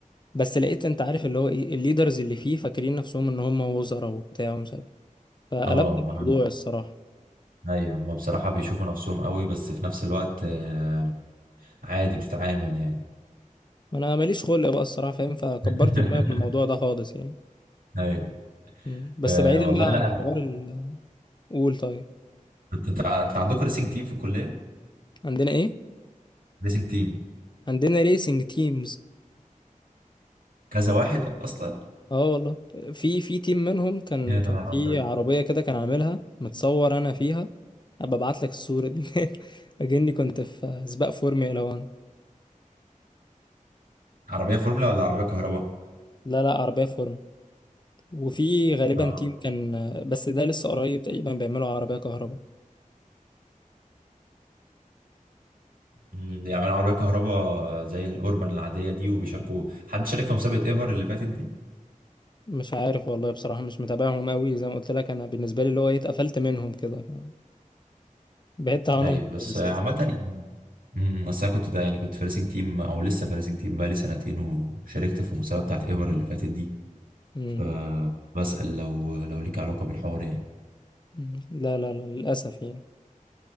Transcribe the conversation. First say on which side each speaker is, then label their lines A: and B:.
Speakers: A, on the left; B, on the right.
A: بس لقيت انت عارف اللي هو ايه الليدرز اللي فيه فاكرين نفسهم ان هم وزراء وبتاع ومش عارف فقلبت
B: اه
A: الموضوع
B: مع
A: الصراحه
B: ايوه ما بصراحة بيشوفوا نفسهم قوي بس في نفس الوقت آه، عادي بتتعامل يعني
A: انا ماليش خلق بقى الصراحه فاهم فكبرت
B: <laughs>
A: دماغي من الموضوع ده خالص يعني
B: ايوه
A: مم. بس
B: آه،
A: بعيدا
B: والله
A: بقى
B: لا
A: عن حوار ال قول طيب
B: انت انت انت عندكم ريسنج تيم في الكلية
A: عندنا ايه
B: ريسنج تيم
A: عندنا ريسنج تيمز
B: كذا واحد اصلا
A: اه والله في في تيم منهم كان
B: يا
A: كان
B: نهار
A: في
B: أبيض.
A: عربية كده كان عاملها متصور انا فيها هبقى ابعت لك الصورة دي <laughs> اجني كنت في سباق فورمولا 1
B: عربية فورمولا ولا عربية كهرباء
A: لا لا عربية فورمولا وفي غالبا
B: اه
A: تيم كان بس ده لسه قريب تقريبا بيعملوا عربية كهرباء
B: أمم، بيعملوا عربية كهرباء زي الأوربان العادية دي وبيشاركوا حد شارك في مسابقة ايفر اللي فاتت دي
A: مش عارف والله بصراحة مش متابعهم قوي زي ما قلت لك انا بالنسبة لي اللي هو إيه، اتقفلت منهم كده ف- بعدت عنهم
B: ايوه بس
A: خالص
B: عامة
A: يعني.
B: يعني- أمم، بس انا كنت ده يعني كنت فارسنج تيم او لسه فارسنج تيم بقالي سنتين وشاركت في المسابقة بتاعت ايفر اللي فاتت دي
A: أمم.
B: فبسأل لو لو ليك علاقة بالحوار يعني
A: أمم. لا لا لا للأسف يعني